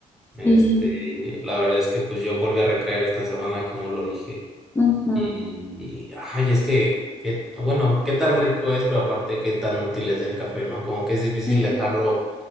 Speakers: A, in the centre; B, on the left.
A: Este,
B: Sí,
A: la verdad es que pues yo volví a recaer esta semana, como lo dije.
B: ujú,
A: Y, y, ay, es que, que, bueno, qué tan rico es, pero aparte qué tan útil es el café, ¿no? Como que es difícil
B: Sí,
A: dejarlo